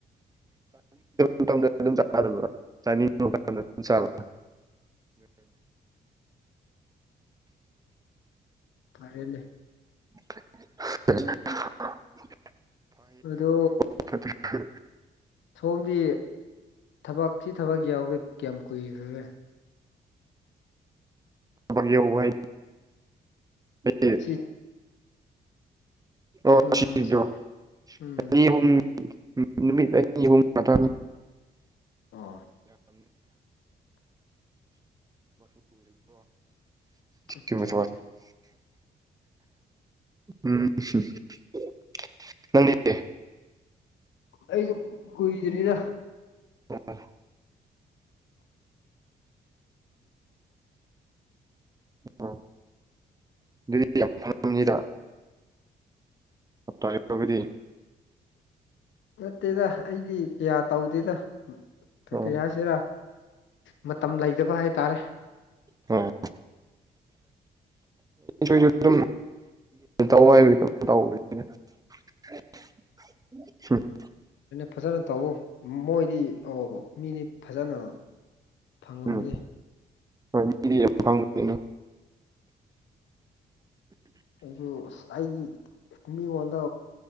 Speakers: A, on the right; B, on the left.
A: ꯃꯇꯝ ꯑꯗꯨꯝ ꯆ ꯆꯥꯅꯤ ꯃꯇꯝ
B: ꯐꯔꯦꯅꯦ
A: <inaudible>
B: ꯑꯗꯨ
A: ꯐ <unintelligible>
B: ꯁꯣꯝꯗꯤ ꯊꯕꯛ ꯊꯤ ꯊꯕꯛ ꯌꯥꯎꯕꯗ ꯀꯌꯥꯝ ꯀꯨꯏꯈ꯭ꯔꯦ
A: ꯌꯦꯕꯦ ꯎꯝ
B: ꯎ <unintelligible>
A: ꯑꯣ
B: ꯎꯝ
A: <unintelligible>
B: ꯎꯝ
A: ꯅꯨꯃꯤꯠꯍ ꯌꯥꯝ ꯣ <unintelligible>
B: ꯑꯣ ꯑꯠꯆꯥ
A: ꯀꯃ
B: ꯑꯠꯆꯥ
A: ꯎꯝ ꯎ ꯅꯅꯤꯦ
B: ꯑꯩꯁꯨ ꯀꯨꯏꯗꯅꯤꯗ
A: ꯑ ꯎ ꯑꯗꯨꯗꯤ ꯌꯥꯝꯅꯤꯗ ꯑ ꯇꯥꯏ ꯐꯗꯤ
B: ꯅꯠꯇꯦꯗ ꯑꯩꯗꯤ ꯀꯌꯥ ꯇꯧꯗꯦꯗ ꯀꯀ
A: ꯑꯣ
B: ꯍꯥꯏꯁꯤꯔ ꯃꯇꯝ ꯂꯩꯇꯕ ꯍꯥꯏꯇꯥꯔꯦ
A: ꯑꯣ ꯣꯏꯁꯨ ꯑꯗꯨꯝ ꯇ ꯍꯥꯏ ꯇ ꯎꯝ <inaudible> ꯑ <inaudible>
B: ꯐꯖꯅ ꯇꯧꯎ ꯃꯣꯏꯗꯤ ꯃꯤꯗꯤ ꯐꯖꯅ ꯐꯪꯉꯕꯅꯤ
A: ꯎꯝ ꯍꯣꯏ ꯃꯤꯗꯤ ꯌꯥꯝ ꯐꯥꯡꯉꯗꯩꯅꯣ <inaudible>
B: ꯑꯩꯁꯨ ꯑꯁ ꯑꯩꯒꯤ ꯃꯤꯉꯣꯟꯗ